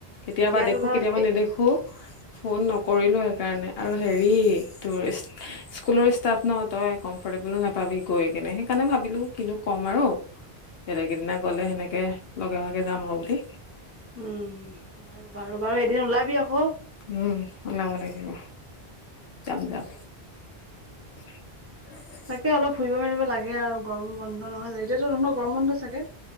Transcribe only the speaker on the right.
এতিয়াতো
তত
উম বাৰু বাৰু বাৰু এদিন ওলাবি আকৌ।
তাকে অলপ ফুৰিব মেলিব লাগে আৰু গৰম বন্ধ নহয় জানো এতিয়াতো তহঁতৰ গৰম বন্ধ চাগে।